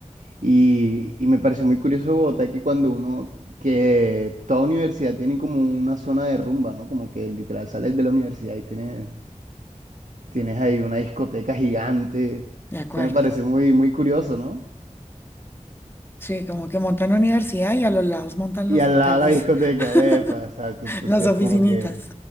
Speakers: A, on the right; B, on the left.
A: Y, y me pareció muy curioso Bogotá que cuando uno, que toda universidad tiene como una zona de rumba, ¿no? Como que literal sales de la universidad y tienes, tienes ahí una discoteca gigante.
B: De acuerdo.
A: Eso me parece muy, muy curioso, ¿no?
B: Sí, como que montan la universidad y a los lados montan
A: Y
B: los
A: al
B: locales,
A: lado de la discoteca,
B: <laughs>
A: epa, exacto. Entonces,
B: las oficinitas.
A: como que...